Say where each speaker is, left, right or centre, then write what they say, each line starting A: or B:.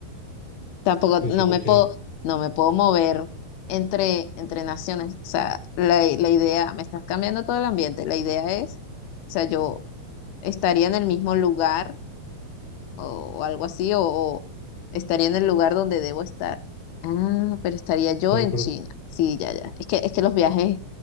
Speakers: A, on the left; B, on the left.
A: Tampoco,
B: Pues
A: no
B: sí, porque,
A: me puedo, no me puedo mover entre, entre naciones. O sea, la, la idea, me estás cambiando todo el ambiente. La idea es, o sea, yo estaría en el mismo lugar o algo así, o, o estaría en el lugar donde debo estar. Ah, pero estaría yo
B: claro,
A: en
B: pero
A: China. Sí, ya, ya. Es que, es que los viajes